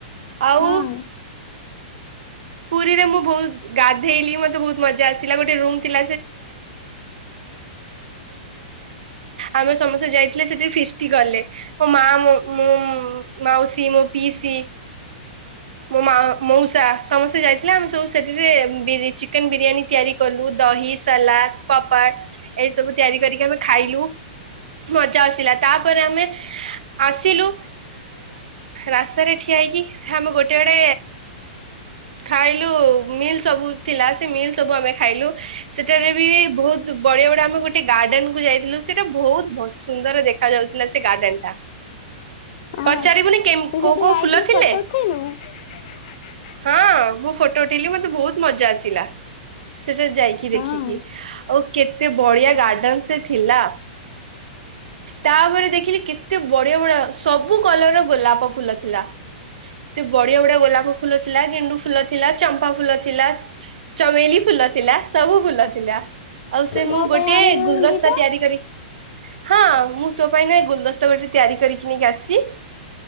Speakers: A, on the right (about 75°); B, on the left (about 55°).
A: ଆଉ
B: ହଁ
A: ପୁରୀରେ ମୁଁ ବହୁତ ଗାଧେଇଲି ମତେ ବହୁତ ମଜା ଆସିଲା ଗୋଟେ ରୁମ। ମୁ ଡ କ ଆମେ ସମସ୍ତେ ଯାଇଥିଲେ ସେଠ ଫିଷ୍ କଲେ ମାଉୀ ମୋ ପି ସି। ମୋ ମା ମଉସା ସମସ୍ତେ ଯାଇଥିଲେ ଆମେ ସବୁ ସେଥିରେ ଚିକେନ ବିରିୟାନୀ ତିଆରି କଲୁ ଦହି ସଲାଦ ପପାଡ ଏଇ ସବୁ ତିଆରି କରିକି ଆମେ ଖାଇଲୁ ମଜା ଆସିଲା ତାପରେ ଆମେ ଆସିଲୁ ରାସ୍ତାରେ। ଠିଆଇକି ଆମେ ଗୋଟେ ଗେଡେ ଖାଇଲୁ ମିଲ୍ ସବୁ ଥିଲା ସେ ମିଲ୍ ସବୁ ଆମେ ଖାଇଲୁ ସେଠାରେ ବି ବହୁତ ବଢିଆ ବଢିଆ ଆମେ ଗୋଟେ ଗାର୍ଡେନ କୁ ଯାଇଥିଲୁ ସେଟା ବହୁତ ସୁନ୍ଦର ଦେଖା ଯାଉଥିଲା ସେ ଗାର୍ଡେନ ଟା
B: ହଁ
A: ପଚାରିବୁନି।
B: ତୁ
A: କୋଉ
B: ସେଠି
A: କୋଉ
B: ଯାଇଥିଲୁ
A: ଫୁଲ ଥିଲେ
B: ଫଟୋ ଉଠେଇଲୁ। <unintelligible>
A: ହଁ ମୁଁ ଫଟୋ ଉଠେଇଲି ମତେ ବହୁତ ମଜା ଆସିଲା ସେଠା ଯାଇକି ଦେଖିକି
B: ହଁ
A: ଆଉ କେତେ ବଢିଆ ଗାର୍ଡେନ ସେ ଥିଲା ତାପରେ ଦେଖିଲି କେତେ ବଢିଆ ବଢିଆ ସବୁ କଲରର ଗୋଲାପ ଫୁଲ ଥିଲା। ବଢିଆ ବଢିଆ ଗୋଲାପ ଫୁଲ ଥିଲା ଗେଣ୍ଡୁ ଫୁଲ ଥିଲା ଚମ୍ପା ଫୁଲ ଥିଲା ଚମେଲି ଫୁଲ ଥିଲା ସବୁ ଫୁଲ ଥିଲା। ଆଉ ସେ
B: ମୋ
A: ମୁଁ ଗୋଟେ
B: ପାଇଁ ଆଣିଲୁନି
A: ଗୁଲଦସ୍ତା
B: ଦିଟା
A: ତିଆରି କରି। ହଁ ମୁଁ ତୋ ପାଇଁ ନ ଏ ଗୁଲଦସ୍ତା ଗୋଟେ ତିଆରି କରିକି ନେଇକି ଆସିଛି।